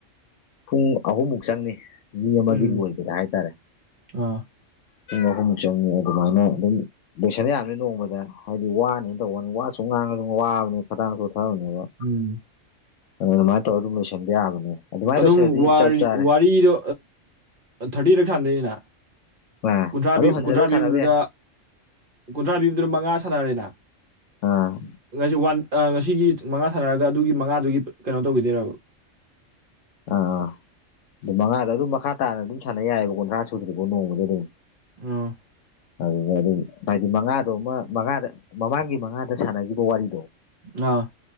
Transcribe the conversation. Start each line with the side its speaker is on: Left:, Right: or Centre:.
Left: ꯄꯨꯡ ꯑꯍꯨꯝꯃꯨꯛ ꯆꯪꯅꯤ ꯃꯤ ꯑꯃꯒꯤ
Right: ꯎꯝ
Left: ꯂꯣꯟꯗꯨꯗ ꯍꯥꯏꯇꯥꯔꯦ
Right: ꯑꯥ
Left: ꯑꯍꯨꯝ ꯆꯪꯉꯤ ꯑꯗꯨꯃꯥꯏꯅ ꯑꯗꯨꯝ ꯂꯣꯏꯁꯟ ꯌꯥꯝꯕꯅꯤ ꯅꯣꯡꯃꯗ ꯍꯥꯏꯗꯤ ꯋꯥꯅꯦꯅ ꯇꯧꯕꯅꯤ ꯋꯥꯁꯨ ꯉꯥꯡꯉ ꯑꯗꯨ ꯋꯥꯕꯅꯦ ꯐꯇꯥꯡ ꯊꯕꯅꯦꯕ
Right: ꯎꯝ
Left: ꯑꯗꯨꯃꯥꯏꯅ ꯇꯧꯔ ꯑꯗꯨꯝ ꯂꯣꯏꯁꯟꯕ ꯌꯥꯕꯅꯦ ꯑꯗꯨꯃꯥꯏꯅ
Right: ꯑꯗꯨꯝ
Left: ꯂꯣꯏꯁꯤꯜꯂꯗꯤ ꯆꯞ ꯆꯥꯔꯦ
Right: ꯋꯥꯔꯤꯗꯣ ꯊꯥꯔꯇꯤ ꯔꯛ ꯁꯥꯟꯗꯩꯅꯤꯅ
Left: ꯑꯥ
Right: ꯀꯨꯟꯊ꯭ꯔꯥ
Left: ꯑꯗꯨꯝ ꯍꯟꯖꯤꯜꯂ
Right: ꯀꯨꯟꯊ꯭ꯔꯥ ꯄꯤꯕꯗꯨꯗ
Left: ꯁꯥꯟꯅꯕ ꯌꯥꯏ
Right: ꯀꯨꯟꯊ꯭ꯔꯥ ꯄꯤꯕꯗꯨ ꯃꯉꯥ ꯁꯥꯟꯅꯔꯦꯅ
Left: ꯑꯥ
Right: ꯎ ꯉꯁꯤ ꯋꯥꯟ ꯉꯁꯤꯒꯤ ꯃꯉꯥ ꯁꯥꯟꯅꯔꯒ ꯑꯗꯨꯒꯤ ꯃꯉꯥꯗꯨꯒꯤ ꯀꯩꯅꯣ ꯇꯧꯈꯤꯗꯣꯏꯔꯕ
Left: ꯑꯥ ꯑꯗꯨ ꯃꯉꯥꯗ ꯑꯗꯨꯝ ꯃꯈꯥ ꯇꯥꯅ ꯑꯗꯨꯝ ꯁꯥꯟꯅ ꯌꯥꯏꯑꯕ ꯀꯨꯟꯊ꯭ꯔꯥ ꯁꯨꯗ꯭ꯔꯤꯕꯣ ꯅꯣꯡꯃꯗꯤ ꯑꯗꯨꯝ
Right: ꯎꯝ
Left: ꯑꯗꯨ ꯑꯗꯨꯝ ꯍꯥꯏꯗꯤ ꯃꯉꯥꯗꯣ ꯑꯃ ꯃꯉꯥꯗ ꯃꯃꯥꯡꯒꯤ ꯃꯉꯥꯗ ꯁꯥꯟꯅꯈꯤꯕ ꯋꯥꯔꯤꯗꯣ
Right: ꯑꯥ